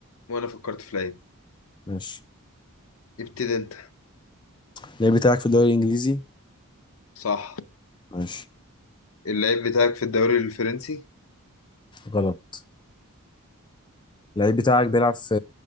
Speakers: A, on the left; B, on the left.
A: وانا فكرت في لعيب
B: ماشي
A: ابتدي انت
B: اللعيب بتاعك في الدوري الانجليزي
A: صح
B: ماشي
A: اللعيب بتاعك في الدوري الفرنسي
B: غلط اللعيب بتاعك بيلعب في